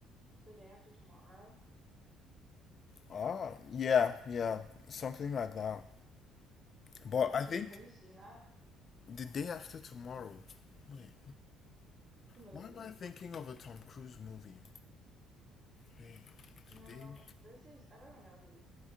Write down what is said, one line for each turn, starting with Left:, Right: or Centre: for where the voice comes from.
Right: The Day After Tomorrow.
Left: Ah, yeah, yeah, something like that. But
Right: Have you
Left: I
Right: do
Left: think
Right: you, have you seen that?
Left: the day after tomorrow. Wait,
Right: The movie.
Left: why am I thinking of a Tom Cruise movie? Wait,
Right: No,
Left: the day,
Right: this is I don't even know who